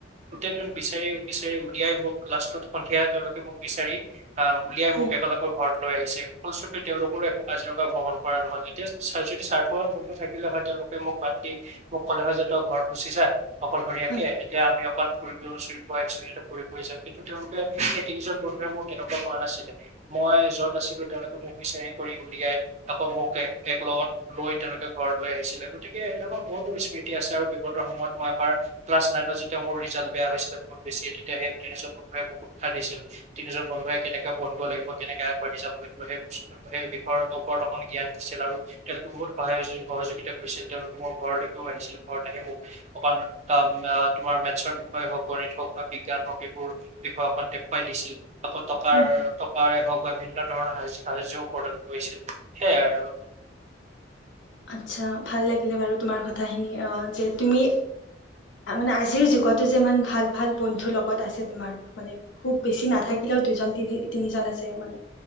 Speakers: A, on the right; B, on the left.
A: গোটেই দিন বিচাৰি বিচাৰি উলিয়াই মোক লাষ্টত সন্ধিয়া তেওঁলোকে মোক বিচাৰি অহ উলিয়াই
B: হয়
A: মোক একেলগৰ ঘৰত। লৈ আহিছে ফলস্বৰূপে তেওঁলোকৰো একো কাজিৰঙা ভ্ৰমণ কৰা নহ'ল এতিয়া যদি স্বাৰ্থৱান বন্ধু থাকে। থাকিলে হয় তেওঁলোকে মোক বাদ দি মোক ক'লে হয়। যে তই ঘৰত গুচি যা অকলশৰীয়াকে
B: হয়
A: তেতিয়া আমি অকণ- আহিছোঁ ইয়াতে ফুৰিব আহিছো যাম কিন্তু তেওঁলোকে সেই তিনিজন বন্ধুৰে মোৰ তেনেকুৱা কৰা নাছিলে। মই যত আছিলো তেওঁলোকে মোক বিচাৰি কৰি উলিয়াই আকৌ মোক এক লগত লৈ তেওঁলোকে ঘৰ লৈ আহিছিলে গতিকে এনেকুৱা বহুতো স্মৃতি আছে আৰু বিপতৰ সময়ত মই এবাৰ ক্লাছ নাইনত যেতিয়া মোৰ। বেয়া হৈ বহুত বেছি তেতিয়া সেই তিনি বন্ধুৱে বহু উৎসাহ দিছিল তিনিজজন বন্ধুৱে কেনেকে পঢ়িব লাগিব কেনেকে আগবাঢ়ি যাব লাগিব সেই বস্তু সেই বিষয়ৰ ওপৰত অকন জ্ঞান দিছিল আৰু তেওঁলোকে বহুত সহায় সহযোগিতা কৰিছিল তেওঁলোকে মোৰ ঘৰৰতেও আহিছিল ঘৰৰত আহে মোক অকমান অ তোমাৰ মেথছৰ হই হওক গণিত হক বা বিজ্ঞান হক এবোৰ বিষয়ক দেখুৱাই দিছিল। আকৌ টকাৰ
B: হয় হয়
A: টকাৰে হওক বা বিভিন্ন ধৰণৰ স সাহা্যও প্ৰদান কৰিছিল সেইয়াই আৰু
B: আচ্ছা ভাল লাগিলে বাৰু তোমাৰ কথাখিনি যে তুমি। মানে আজিৰ যুগতো যে ইমান ভাল ভাল বন্ধু লগত আছে তোমাৰ মানে খুব বেছি নাথাকিলেও। দুজন তিনি তিনিজন আছে মানে